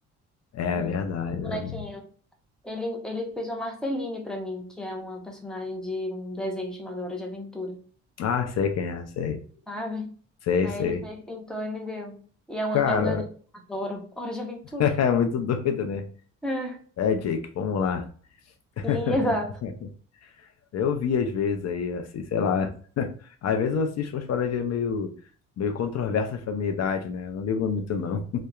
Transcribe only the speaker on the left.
É
verdade, é
verdade.
Ah, sei quem é, sei.
Sei,
sei.
Cara,
<laughs> é muito doido, né?
É, Jake, vamos lá. <laughs>
Eu vi às vezes aí, assim, sei lá. <laughs> Às vezes eu assisto umas paradinhas meio, meio controversas pra minha idade, né? Eu não ligo muito, não.